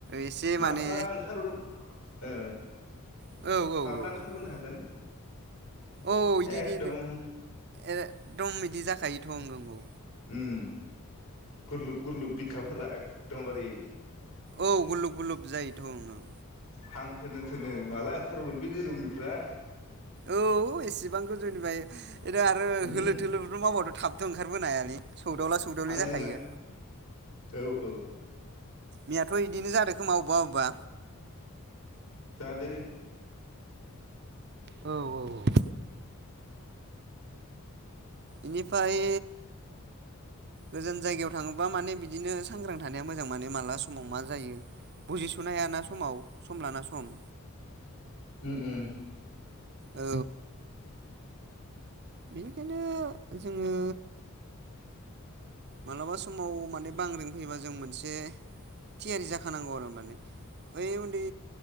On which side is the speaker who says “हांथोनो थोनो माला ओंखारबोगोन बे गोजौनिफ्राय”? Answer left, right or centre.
Left